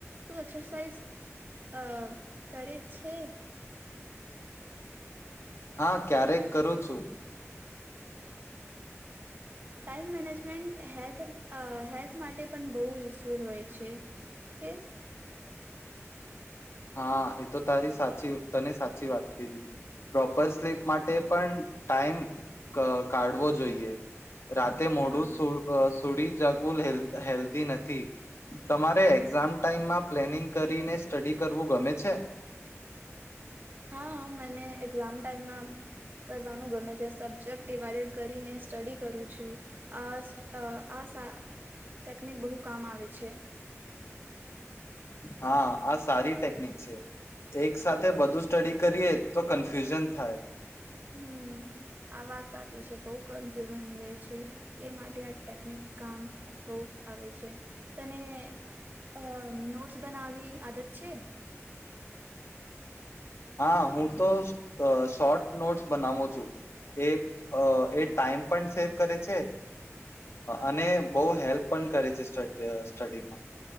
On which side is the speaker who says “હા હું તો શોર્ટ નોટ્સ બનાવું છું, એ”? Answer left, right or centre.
Left